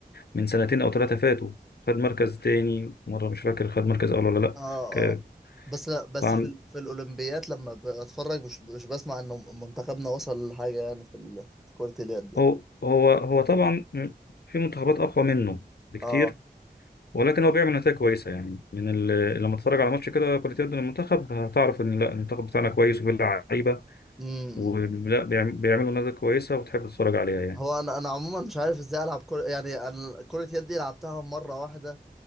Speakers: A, on the left (about 80°); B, in the centre.
A: من سنتين او ثلاثه فاتوا خد مركز تاني مره مش فاكر خد مركز اول ولا لا
B: اه
A: ك-
B: اه بس لا بس
A: فعندنا
B: في ال- في الاولمبيات لما بتفرج مش مش بسمع انه منتخبنا وصل لحاجة يعني في ال- في كرة اليد
A: هو هو هو طبعا في منتخبات اقوى منه بكتير
B: اه
A: ولكن هو بيعمل نتائج كويسه يعني من ال... لما تتفرج على ماتش كده كرة يد للمنتخب هتعرف ان لا المنتخب بتاعنا كويس وفيه لعيبه
B: امم
A: ولا بيعم- بيعملوا نتائج كويسه وتحب تتفرج عليها يعني
B: هو انا انا عموما مش عارف ازاي العب كرة يعني انا كرة يد دي لعبتها مرة واحدة